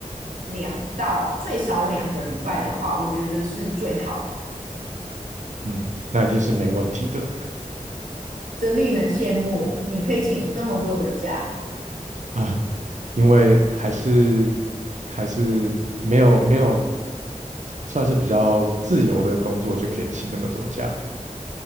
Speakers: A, on the right (about 80°); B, on the right (about 60°).
A: 两到最少两个礼拜的话，我觉得是最好，
B: <laughs> 嗯，那一定是没问题的
A: 真令人羡慕。你可以请这么多的假。
B: <laughs> 啊，因为还是还是没有没有算是比较自由的工作就可以请那么多假，